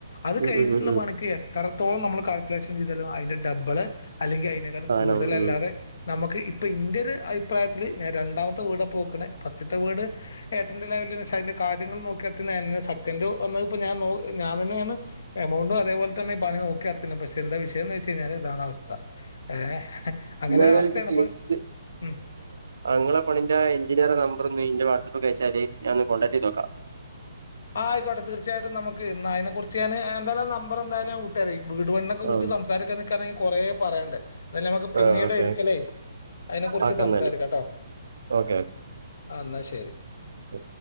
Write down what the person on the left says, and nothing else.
അത്
കഴിഞ്ഞിട്ടുള്ള
പണിക്ക് എത്രത്തോളം നമ്മള് കാ ൽകുലേഷൻ ചെയ്താലും അതിന്റെ ഡബിള് അല്ലെങ്കിൽ അതിനേക്കാളും
കൂടതൽ അല്ലാതെ
നമ ക്ക് ഇപ്പ ഇന്റെ ഒരു അഭിപ്രായത്തില് ഞാൻ രണ്ടാമത്തെ വീടാപ്പോ വെക്ക്ണെ ഫസ്റ്റത്തെ വീട് ഏട്ടന്റെ ലെവലെ അതിന്റെ കാര്യങ്ങൾ നോക്കിനടത്തി <unintelligible> സെക്കൻഡോ വന്ന് ഇപ്പോ ഞാൻ ഞാൻ തന്നെയാണ് എമൗണ്ടോ അതേപോലെ തന്നെ പണി നോക്കി നടത്ണെ പക്ഷെ എന്താ വിഷയംന്ന് വെച്ച കഴിഞ്ഞാൽ ഇതാണ് അവസ്ഥ ഏ അങ്ങനെ
ഒരു അവസ്ഥയാണ്
ഇപ്പൊ ഉം
ആയിക്കോട്ടെ തീർച്ചയായിട്ടും നമുക്ക് എന്നായി നെ കുറിച്ച് തന്നെഎന്തായാലും നമ്പർ എന്തായാലും വിട്ട രാ അയിക്ക് വീട്പണി നെകുറി
ച്ച്സംസാ രനിക്കാനെ കൊറേ പറണ്ടേ അഹ് നമുക്ക് പിന്നീട്
രിക്കലേ അതിനെ കുറിച്ച്
സംസാരിക്കാട്ടോ
ന്നാ ശരി